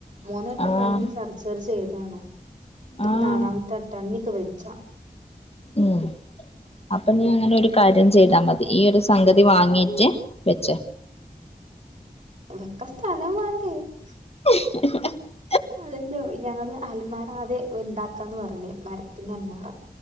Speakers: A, on the right (about 50°); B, on the left (about 40°).
A: മൂന്നെട്ടം
B: ആഹ്
A: കണ്ണ് സർജറി ചെയ്ത് അതാണോ ഇതുപ്പം
B: ആഹ്
A: നാലാമ്ത്തട്ട ഇഞ്ഞ്പ്പം വജ്ജ
B: ഉം അപ്പഞ്ഞ് അങ്ങനെ ഒരു കാര്യം ചെയ്താമതി ഈ ഒരു സ് സംഗതി വാങ്ങീട്ട് വെച്ചോ
A: വെക്കം സ്ഥലം മതി <unintelligible>
B: <unintelligible>
A: അതെന്തെയോ ഞങ്ങള് അല്മാറാ ആദ്യേ ഇണ്ടാക്കാന്ന് പറഞ്ഞ് മരത്തിന്റെ അൽമാറ